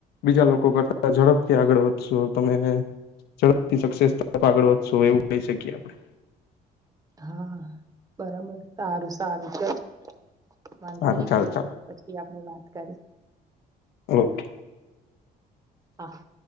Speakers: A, on the left; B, on the right.
A: બીજા લોકો કરતા ઝડપથી આગળ વધશો તમે એને ઝડપ થી સક્સેસ તરફ આગળ વધશો એવું કહી શકીએ આપડણે
B: હા બરાબર સારું સારું ચાલો વાંધો
A: સારું
B: નહી
A: ચાલ ચાલ
B: પછી આપડે વાત કરી
A: ઓકે
B: હા